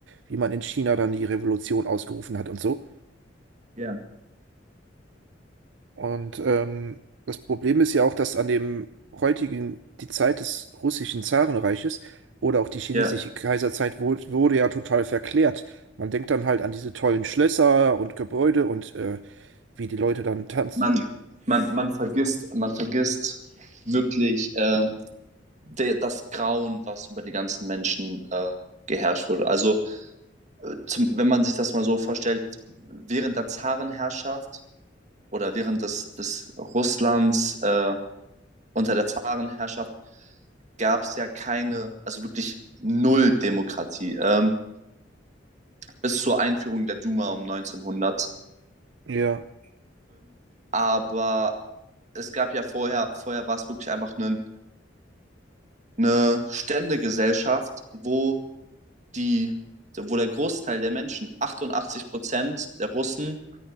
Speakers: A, on the right; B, on the right.
A: wie man in China dann die Revolution ausgerufen hat und so.
B: ja,
A: Und ähm, das Problem ist ja auch, dass an dem heutigen, die Zeit des russischen Zarenreiches oder auch die chinesische
B: ja.
A: Kaiserzeit wurde, wurde ja total verklärt. Man denkt dann halt an diese tollen Schlösser und Gebäude und äh, wie die Leute dann tanzen.
B: Man, man, man vergisst, man vergisst wirklich ähm, de, das Grauen, was über die ganzen Menschen äh, geherrscht wurde. Also äh, zum, wenn man sich das mal so vorstellt, während der Zarenherrschaft oder während des, des Russlands äh, unter der Zarenherrschaft gab es ja keine, also wirklich null Demokratie, ähm, bis zur Einführung der Duma um 1905.
A: Ja,
B: Aber es gab ja vorher, vorher war es wirklich einfach eine, eine Ständegesellschaft, wo die, wo der Großteil der Menschen, 88 Prozent der Russen,